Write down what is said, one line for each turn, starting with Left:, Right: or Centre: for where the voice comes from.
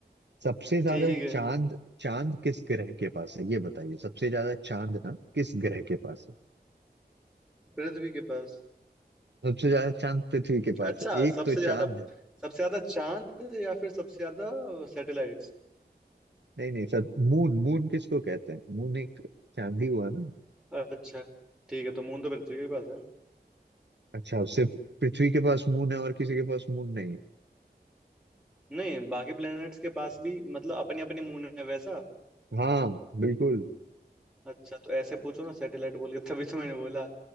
Right: सबसे ज्यादा
Centre: ठीक है
Right: चांद चांद किस ग्रह के पास है ये बताइए सबसे ज्यादा चांद ना किस ग्रह के पास है
Centre: पृथ्वी के पास
Right: सबसे ज्यादा चांद पृथ्वी के पास
Centre: अच्छा
Right: है एक
Centre: सबसे
Right: तो
Centre: ज्यादा
Right: चांद है
Centre: सबसे ज्यादा चांद या फिर सबसे ज्यादा सैटेलाइट्स
Right: नहीं नहीं सब मून मून किसको कहते हैं मून एक चांद ही हुआ ना
Centre: अच्छा ठीक है तो मून तो पृथ्वी के ही पास है
Right: अच्छा सिर्फ पृथ्वी के पास मून है और किसी के पास मून नहीं है
Centre: नहीं बाकी प्लैनेट्स के पास भी मतलब अपने अपने मून है वैसा
Right: हाँ बिल्कुल
Centre: अच्छा तो ऐसे पूछो ना सैटेलाइट बोल के तभी तो मैंने बोला